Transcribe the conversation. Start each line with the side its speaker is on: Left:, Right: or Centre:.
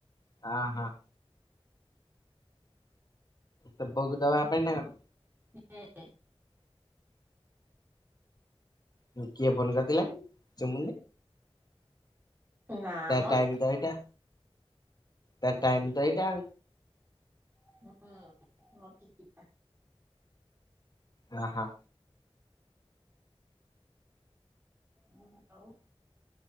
Left: ହଁ ହଁ। ତୋ ବୋଉକୁ ଦବା ପାଇଁ ନା କଣ?
Right: <inaudible>
Left: ମୁଁ କିଏ ଫୋନ କରିଥିଲା କି <inaudible>
Right: ନା
Left: ତା
Right: ମ
Left: ଟାଇମ୍ ତ ଏଇଟା। ତା ଟାଇମ ତ ଏଇଟା।
Right: ହୁଁ <unintelligible>
Left: ହଁ ହଁ।
Right: ହ ଆଉ